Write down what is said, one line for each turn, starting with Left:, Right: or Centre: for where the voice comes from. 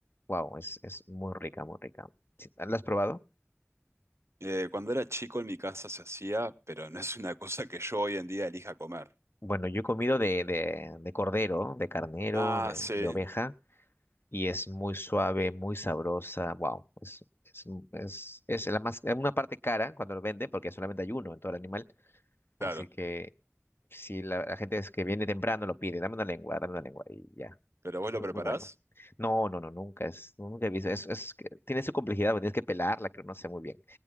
Left: Wow, es, es muy rica, muy rica. Sí, ¿La has probado?
Right: Eh, cuando era chico en mi casa se hacía, pero no es una cosa que yo hoy en día elija comer.
Left: Bueno, yo he comido de, de, de cordero, de carnero,
Right: Ah,
Left: de,
Right: sí,
Left: de oveja, y es muy suave, muy sabrosa. Wow, es, es, es, es la más, es una parte cara cuando lo venden, porque solamente hay uno en todo el animal, así
Right: claro.
Left: que... Si la, la gente es que viene temprano lo pide, dame una lengua, dame una lengua y ya.
Right: ¿Pero vos
Left: Es
Right: lo
Left: muy,
Right: preparás?
Left: muy bueno. No, no, no, nunca es, nunca he visto. Es, es que tiene su complejidad, porque tienes que pelarla, creo, no sé muy bien.